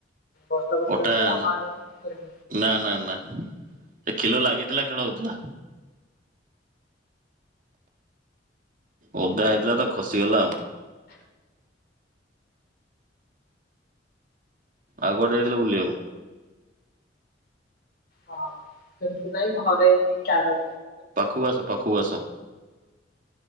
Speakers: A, on the left (about 60°); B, on the right (about 45°).
A: ବର୍ଷା ଫର୍ଷା
B: ପଟା
A: ହେଲେ ଆମ ଆଡେ <unintelligible>
B: ନା- ନା- ନା ସେ ଖିଲ ଲାଗିଥିଲା ଖେଳ ହଉଥିଲା। ଓଦା ହେଇଥିଲା ତ ଖସିଗଲା ଆଉ। ଆଉ କୁଆଡେ ଯାଇଥିଲ ବୁଲିଆକୁ?
A: ହଁ ସେମିତି ନାଇଁ ଘରେ ଏମିତି କ୍ୟାର
B: ପାଖକୁ ଆସ ପାଖକୁ ଆସ।